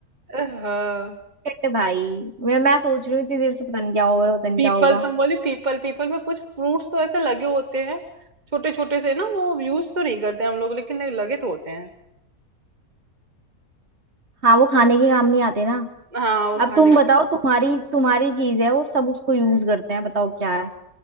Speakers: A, on the right; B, on the right.
A: हाँ
B: शिट भाई मैं मैं सोच रही हूँ इतनी देर से पता नहीं क्या होगा पता नहीं
A: पीपल
B: क्या होगा
A: तुम बोले पीपल पीपल में कुछ फ्रूट्स तो ऐसे लगे होते हैं छोटे छोटे से ना वो यूज तो नहीं करते हम लोग लेकिन लगे तो होते हैं
B: हाँ वो खाने के काम नहीं आते ना
A: हाँ वो
B: अब
A: खाने
B: तुम
A: के
B: बताओ
A: काम
B: तुम्हारी तुम्हारी चीज है और सब उसको यूज करते हैं बताओ क्या है